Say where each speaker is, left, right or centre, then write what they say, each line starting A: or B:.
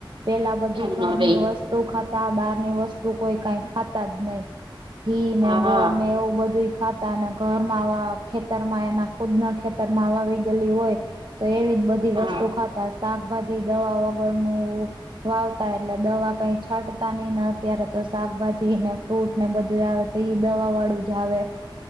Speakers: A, on the right; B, on the right.
A: પેલા બધી
B: કેમ ન
A: ઘરની
B: રેય
A: વસ્તુ ખાતા બારની વસ્તુ કોઈ કંઈ ખાતા જ નઈ. ઘી
B: હા
A: ને ગોળ ને એવુ બધુય ખાત તા ને ઘરમાં આવા ખેતર માં એના ખુદ ના ખેતર માં વાવી ગયેલી હોય. તો એવી જ બધી
B: હા
A: વસ્તુ ખાતા સાકભાજી દવા વગરનું વાવતા એટલે દવા કઈ છાંટતા ની ને અત્યારે તો શાકભાજીને ફ્રૂટ ને બધુય આવે તો ઈ દવા વાળું જ આવે,